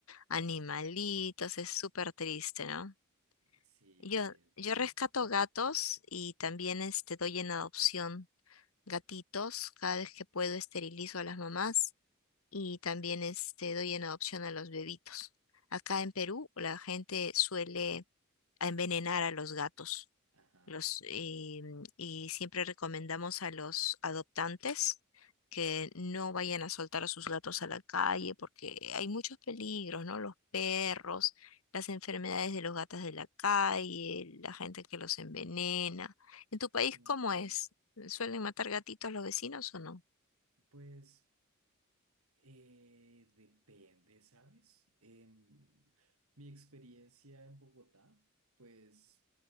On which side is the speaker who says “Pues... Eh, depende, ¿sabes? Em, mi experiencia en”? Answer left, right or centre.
Right